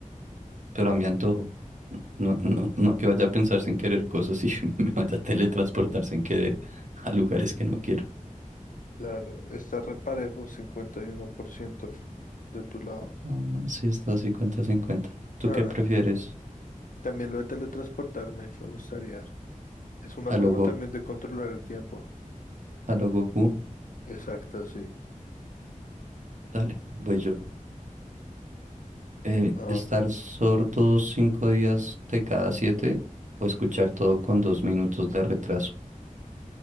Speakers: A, on the right; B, on the left.
A: pero a mi antojo. No, no, no que vaya a pensar sin querer cosas y <laughs> me vaya a teletransportar sin querer a lugares que no quiero.
B: Claro, está reparejo, 51% de tu lado.
A: Mm, sí, está 50-50. ¿Tú
B: Ah,
A: qué prefieres?
B: también lo de teletransportarme, me gustaría. Es una
A: ¿A
B: forma
A: logo,
B: también de controlar el tiempo.
A: a lo Goku?
B: Exacto, sí.
A: Dale, voy yo. Eh,
B: a
A: ¿estar sordo cinco días de cada siete o escuchar todo con dos minutos de retraso?